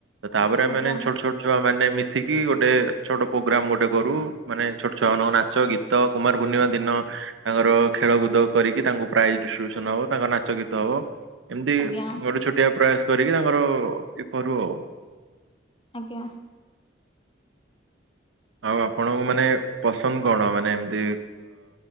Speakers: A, on the right; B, on the left.
A: ତାପରେ ଆମେ
B: ଆଜ୍ଞା
A: ମାନେ ଛୋଟ ଛୋଟ ଛୁଆ ମାନେ ମିଶିକି ଗୋଟେ ଛୋଟ ପ୍ରୋଗ୍ରାମ ଗୋଟେ କରୁ। ମାନେ ଛୋଟ ଛୁଆ ମାନଙ୍କୁ ନାଚ ଗୀତ ତ କୁମାରପୂର୍ଣ୍ଣିମା ଦିନ ତାଙ୍କର ଖେଳକୁଦ କରିକି ତାଙ୍କୁ ପ୍ରାଇଜ୍ ଡିଷ୍ଟ୍ରିବ୍ୟୁସନ ହବ। ତାଙ୍କ ନାଚ, ଗୀତ ହବ। ଏମିତି
B: ଆଜ୍ଞା
A: ଗୋଟେ ଛୋଟିଆ ପ୍ରୟାସ କରିକି ତାଙ୍କର ଇଏ କରୁ ଆଉ
B: ଆଜ୍ଞା।
A: ଆଉ ଆପଣଙ୍କୁ ମାନେ ପସନ୍ଦ କଣ? ମାନେ ଏମିତି